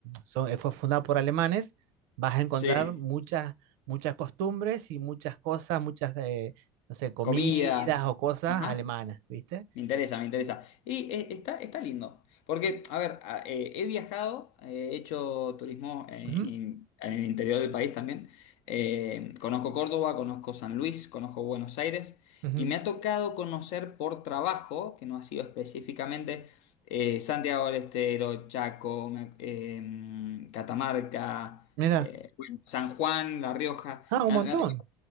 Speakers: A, on the right; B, on the left.
A: son- eh, fue fundada por alemanes, vas a encontrar
B: Sí.
A: muchas, muchas costumbres y muchas cosas, muchas, eh, no sé, comidas
B: Comidas.
A: o cosas
B: Ajá.
A: alemanas, ¿viste?
B: Me interesa, me interesa. Y eh, está, está lindo. Porque, a ver, a- eh, he viajado, eh, he hecho turismo eh,
A: Ujú,
B: in- en el interior del país también. Eh, conozco Córdoba, conozco San Luis, conozco Buenos Aires.
A: ujú.
B: Y me ha tocado conocer por trabajo, que no ha sido específicamente, eh, Santiago del Estero, Chaco, me- eh, Catamarca,
A: Mira,
B: eh, bueno, San Juan, La Rioja.
A: ah, un
B: Me
A: montón.
B: ha, me ha toca-